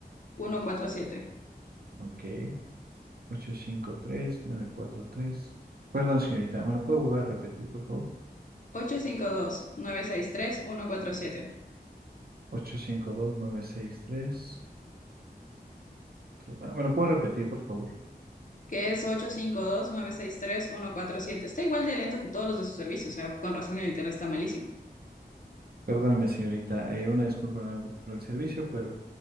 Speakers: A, on the left; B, on the right.
A: uno cuatro siete
B: Ok, ocho cinco tres nueve cuatro tres. Perdón, señorita, ¿me lo puedo volver a repetir, por favor?
A: ocho cinco dos nueve seis tres uno cuatro siete
B: 852-963-14. Ah, ¿Me lo puedo repetir, por favor?
A: que es 852-963-147. Está igual de lento que todos los de su servicio, o sea, con razón el internet está malísimo.
B: Perdóneme, señorita. eh, una disculpa nuevamente por el servicio, pero